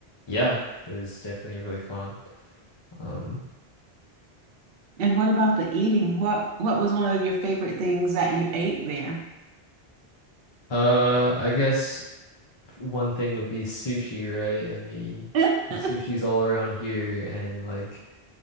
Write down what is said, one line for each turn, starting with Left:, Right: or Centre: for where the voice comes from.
Left: yeah, it was definitely really fun. Um,
Right: And what about the eating? What what was one of your favorite things that you ate there?
Left: uh, I guess f- one thing would be sushi, right? I mean,
Right: <laughs>
Left: because sushi's all around here, and like.